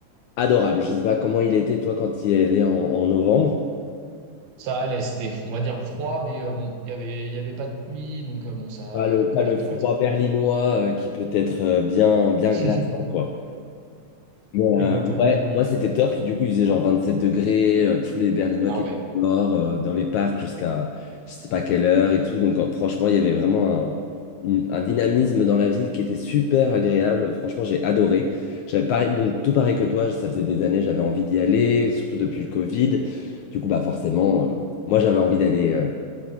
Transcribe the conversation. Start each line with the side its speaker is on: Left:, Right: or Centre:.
Left: adorable. Je sais pas comment il était, toi, quand il est allé en, en novembre.
Right: Ça allait, c'était, on va dire, froid, mais euh, bon, il y avait, il y avait pas de pluie, donc euh, bon, ça,
Left: Pas le, pas
Right: correct,
Left: le froid
Right: on va dire.
Left: berlinois euh, qui peut être euh, bien, bien
Right: <laughs>
Left: glaçant, quoi. Mais, euh,
Right: Exactement.
Left: ouais, moi c'était top. Du coup, il faisait genre 27 degrés, euh, tous les Berlinois
Right: Ah
Left: qui
Right: ouais.
Left: étaient dehors, euh, dans les parcs jusqu'à je sais pas quelle heure et tout. Donc euh, franchement, il y avait vraiment un, une- un dynamisme dans la ville qui était super agréable. Franchement, j'ai adoré. J'avais pareil, donc tout pareil que toi, ça faisait des années, j'avais envie d'y aller, surtout depuis le Covid. Du coup, bah forcément, euh, moi j'avais envie d'aller. euh,